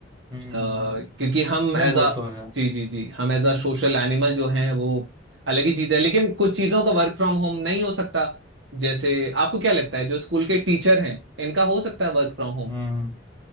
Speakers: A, on the right; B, on the right.
A: हम्म
B: अ, क्योंकि हम
A: नहीं
B: एज
A: वो
B: अ
A: तो है
B: जी जी जी हम एज अ सोशल एनिमल जो हैं वो अलग ही चीज है लेकिन कुछ चीजों का वर्क फ्रॉम होम नहीं हो सकता जैसे आपको क्या लगता है जो स्कूल के टीचर हैं इनका हो सकता है वर्क फ्रॉम
A: हम्म
B: होम